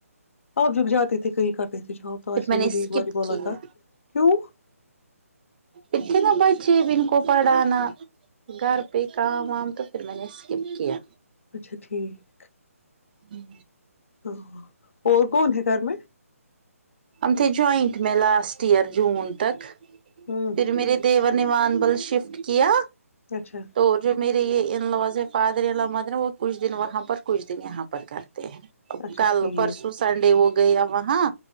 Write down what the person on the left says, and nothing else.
آپ جک جاتے تھے کہی کرتے تھے جواب تو
آجی
نے مجھے
ایک بار بولا
تھا کیوں <inaudible>
اچھا ٹھیک
ہاں اور کون ہے گھر میں
ہوں
اچھا
اچھا
ٹھیک